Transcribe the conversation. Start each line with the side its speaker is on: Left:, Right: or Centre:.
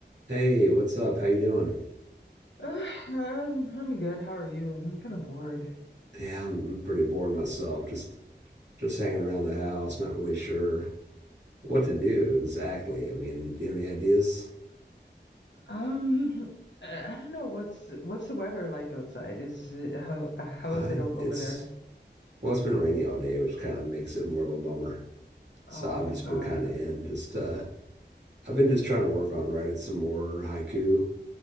Right: Hey, what's up? How you doing?
Left: <sighs> Uh, I'm I'm good. How are you? I'm kind of bored.
Right: Yeah, I'm pretty bored myself. Just just hanging around the house, not really sure what to do exactly. I mean, do you have any ideas?
Left: Um, I I don't know what's what's the weather like outside? Is it, how how
Right: Uh,
Left: is it
Right: it-
Left: over,
Right: it's
Left: over there?
Right: well, it's been rainy all day, which kind of makes it more of a bummer. So
Left: Oh
Right: I've just
Left: God.
Right: been kind of in. Just uh, I've been just trying to work on writing some more haiku.